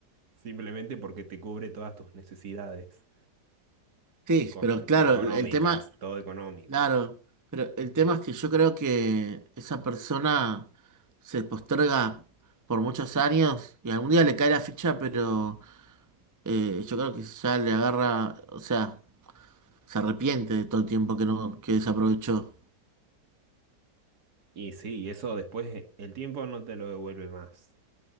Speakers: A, on the right (about 65°); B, on the right (about 15°).
A: Simplemente porque te cubre todas tus necesidades
B: Sí,
A: eco-
B: pero claro,
A: económicas,
B: el el tema,
A: todo económico.
B: claro, pero el tema es que yo creo que esa persona se posterga por muchos años y algún día le cae la ficha, pero eh, yo creo que ya le agarra, o sea, se arrepiente de todo el tiempo que no, que desaprovechó.
A: Y sí, eso después el tiempo no te lo devuelve más.